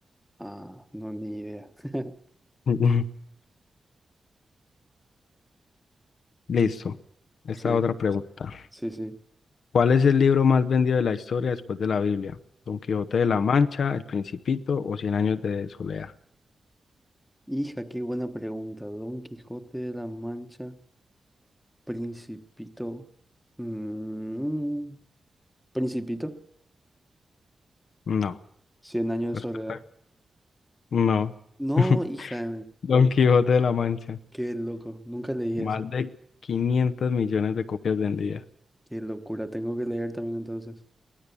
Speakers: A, in the centre; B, on the left.
A: Ah, no, ni idea. <laughs>
B: <laughs> Listo. Esta
A: Sí,
B: otra pregunta.
A: sí, sí.
B: ¿Cuál es el libro más vendido de la historia después de la Biblia? ¿Don Quijote de la Mancha, El Principito o Cien años de soledad?
A: Hija, qué buena pregunta. Don Quijote de la Mancha, Principito. Mm, Principito,
B: No.
A: Cien años
B: Respuesta-
A: de soledad.
B: No.
A: No,
B: <laughs>
A: hija,
B: Don Quijote de la Mancha.
A: qué loco. Nunca leí
B: Más
A: ese.
B: de quinientos millones de copias vendidas.
A: Qué locura. Tengo que leer también entonces.